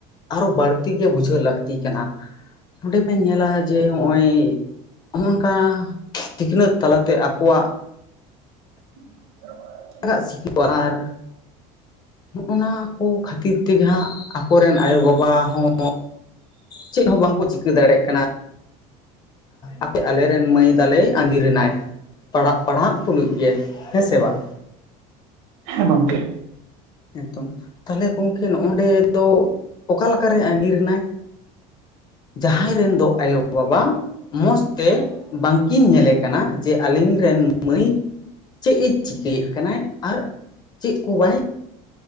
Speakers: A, on the left; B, on the right.
A: ᱟᱨᱚ ᱵᱟᱹᱲᱛᱤ ᱜᱮ ᱵᱩᱡᱷᱟᱹᱣ ᱞᱟᱹᱠᱛᱤ ᱠᱟᱱᱟ, ᱱᱚᱰᱮ ᱵᱮᱱ ᱧᱮᱞᱟ ᱡᱮ ᱦᱚᱸᱜᱼᱚᱭ ᱦᱚᱸᱜ-ᱚᱝᱠᱟ ᱥᱤᱠᱷᱱᱟᱹᱛ ᱛᱟᱞᱟᱛᱮ ᱟᱠᱚᱣᱟᱜ
B: <inaudible>
A: <inaudible> ᱟᱨ ᱦᱚᱸᱜᱼᱚ ᱱᱟ ᱠᱚ ᱠᱷᱟᱹᱛᱤᱨ ᱛᱮᱜᱮ ᱦᱟᱸᱜ ᱟᱠᱚᱨᱮᱱ ᱟᱭᱳ ᱵᱟᱵᱟ ᱦᱚᱸ ᱪᱮᱫ ᱦᱚᱸ ᱵᱟᱝᱠᱚ ᱪᱤᱠᱟᱹ ᱫᱟᱲᱮᱜ ᱠᱟᱱᱟ᱾ ᱟᱯᱮ ᱟᱞᱮᱨᱮᱱ ᱢᱟᱹᱭ ᱛᱟᱞᱮᱭ ᱟᱜᱤᱨ ᱮᱱᱟᱭ᱾ ᱯᱟᱲᱦᱟᱜ ᱯᱟᱲᱦᱟᱜ ᱛᱩᱞᱩᱡ ᱜᱮ, ᱦᱮᱸ ᱥᱮ ᱵᱟᱝ?
B: ᱦᱮᱸ ᱜᱚᱝᱠᱮ᱾
A: ᱮᱠᱫᱚᱢ, ᱛᱟᱦᱞᱮ ᱜᱚᱝᱠᱮ ᱱᱚᱜ ᱚᱰᱮ ᱫᱚ ᱚᱠᱟ ᱞᱮᱠᱟ ᱨᱮ ᱟᱹᱜᱤᱨ ᱮᱱᱟᱭ? ᱡᱟᱸᱦᱟᱸᱜ ᱨᱮᱱ ᱫᱚ ᱟᱭᱳ ᱵᱟᱵᱟ ᱢᱚᱸᱡᱽᱛᱮ ᱵᱟᱝᱠᱤᱱ ᱧᱮᱞᱮ ᱠᱟᱱᱟ ᱡᱮ ᱟᱹᱞᱤᱧ ᱨᱮᱱ ᱢᱟᱹᱭ ᱪᱮᱫ ᱮ ᱪᱤᱠᱟᱹᱭᱮᱫ ᱠᱟᱱᱟ ᱟᱨ ᱪᱮᱫ ᱠᱚ ᱵᱟᱭ